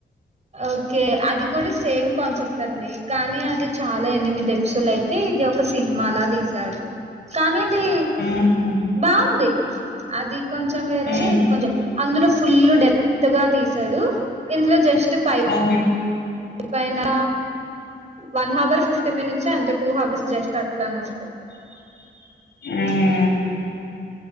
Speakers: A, on the right (about 35°); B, on the left (about 60°).
A: ఓకే అది కూడా సేమ్ కాన్సెప్ట్ అండి కానీ అది చాలా ఎనిమిది ఎపిసోలు అయితే ఇది ఒక ఒక సినిమా లా తీశారు కానీ అది
B: ఉహు
A: బాగుంది అది కొంచెం వేరే
B: ఉ
A: ఇది కొంచెం అందులో ఫుల్ డెప్త్ గా తీసాడు ఇందులో జస్ట్ పై
B: ఉ
A: ఎ పనా వన్ హవర్ ఫిఫ్టీ మినిట్స్ అంత టూ హవర్స్ జస్ట్ అట్లానే ఉంటది
B: అ